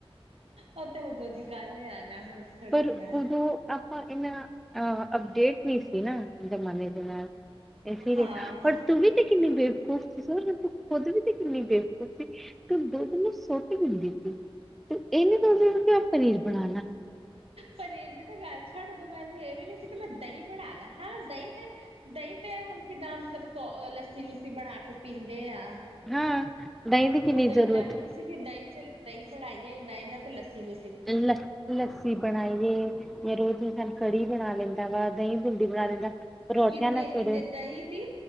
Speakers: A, on the right (about 80°); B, in the centre.
A: ਉਹ ਤੇ ਉਦੋਂ ਦੀ ਗੱਲ ਹੈ, ਆਣਾ ਹੁਣ। ਥੋੜੀ
B: ਪਰ
A: ਨਾ
B: ਉਦੋਂ ਆਪਾਂ ਇਨਾ, ਅ ਅਪਡੇਟ ਨਹੀਂ ਸੀ ਨਾ। ਜ਼ਮਾਨੇ ਦੇ ਨਾਲ ਇਸੀ ਲੀ,
A: ਹਾਂ
B: ਪਰ ਤੂੰਸੀ ਵੀ ਕਿੰਨੀੇ ਬੇਵਕੂਫ। ਤੂੰ ਖੁਦ ਵੀ ਤੇ ਕਿੰਨੀ ਬੇਵਕੂਫ਼ ਸੀ ਤੇ ਦੁੱਧ ਨੂੰ ਸੁੱਟ ਦਿੰਦੀ ਸੀ। ਤੇ ਇਹਨੇ ਦ ਪਨੀਰ ਬਣਾ ਲਾ।
A: ਪਨੀਰ ਦੀ ਤਾਂ ਗੱਲ ਛੱਡ, ਉਦੋਂ ਮੈਨੂੰ ਇਹ ਵੀ ਨੀ ਸੀ ਕਿ ਮੈਂ ਦਹੀਂ ਬਣਾ ਲਾ ਹਾਂ। ਦਹੀਂ ਤੇ, ਦਹੀਂ ਤੇ ਹੁਣ ਕਿੱਦਾਂ ਮਤਲਬ ਕੋ ਲੱਸੀ- ਲੁੱਸੀ ਬਣਾ ਕੇ। ਪੀਂਦੇ ਆ,
B: ਹਾਂ ਦਹੀਂ ਦੀ ਕਿੰਨੀ
A: ਉਦੋਂ ਇੰਨਾ
B: ਜ਼ਰੂਰਤ
A: ਵੀ ਨੀ। ਕਿ ਦਹੀਂ ਚ ਦਹੀਂ ਬਣਾਈਏ ਮਿਹਨਤ ਤੇ ਲੱਸੀ ਵੇ।
B: ਇਲਾ। ਲੱਸੀ ਬਣਾਈਏ, ਜਾਂ ਰੋਜ਼ ਇਨਸਾਨ ਕੜੀ ਬਣਾ ਲੈਂਦਾ ਵਾ, ਦਹੀਂ ਬਿੰਡੀ ਬਣਾ ਲੈਂਦਾ। ਪਰੌਠਿਆਂ
A: ਇੰਨੇ-
B: ਨਾਲ ਸਵੇਰੇ
A: ਇੰਨੇ ਦਹੀਂ ਦੀ